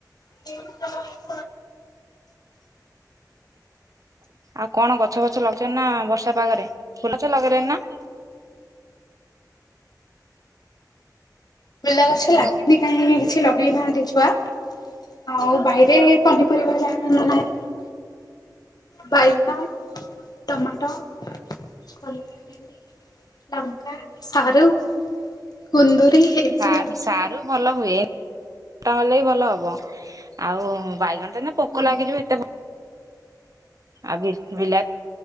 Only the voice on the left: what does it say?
<unintelligible>
ଫୁଲ ଗଛ
ଲାଗିନି କାହିଁ କିଛି ଲଗେଇ ନାହାନ୍ତି ଛୁଆ, ଆଉ ବାଇରେ ପନିପରିବା ଯାହା ନ ନାହେରିକା, ବାଇଗଣ ଟମାଟୋକଲରା। ଲଙ୍କା, ସାରୁ, କୁନ୍ଦୁରି। ଏରା
ସବୁ ଲାଗିଛି।
ହୁଁ।